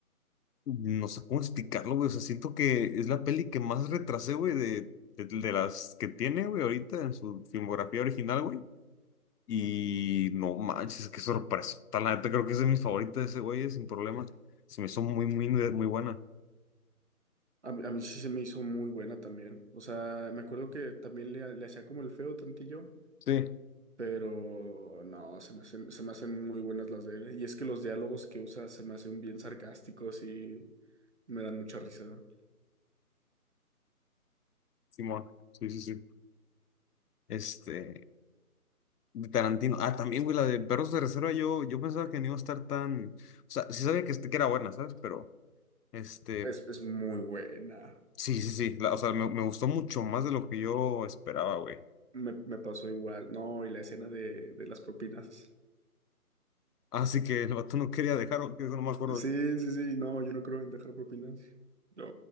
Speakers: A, on the left (about 85°); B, on the right (about 50°).
A: No sé cómo explicarlo, güey. O sea, siento que es la peli que más retrasé, güey, de, de, de las que tiene, güey, ahorita en su filmografía original, güey. Y no manches, qué sorpresa. La neta, creo que es de mis favoritas de ese güey, eh, sin problema. Se me hizo muy, muy, muy buena.
B: A mí, a mí sí se me hizo muy buena también. O sea, me acuerdo que también le, le hacía como el feo tantillo,
A: Sí.
B: pero no, se me hacen, se me hacen muy buenas las de él. Y es que los diálogos que usa se me hacen bien sarcásticos y me dan mucha risa.
A: Simón, sí, sí, sí. Este, de Tarantino. Ah, también, güey, la de Perros de Reserva, yo, yo pensaba que no iba a estar tan. O sea, sí sabía que, este, que era buena, ¿sabes? Pero, este,
B: Es, es muy buena.
A: sí, sí, sí. la- o sea, me, me gustó mucho más de lo que yo esperaba, güey.
B: Me, me pasó igual. No, y la escena de, de las propinas.
A: Así que el vato no quería dejarlo, que eso no me acuerdo.
B: Sí, sí, sí. No, yo no creo en dejar propinas. No,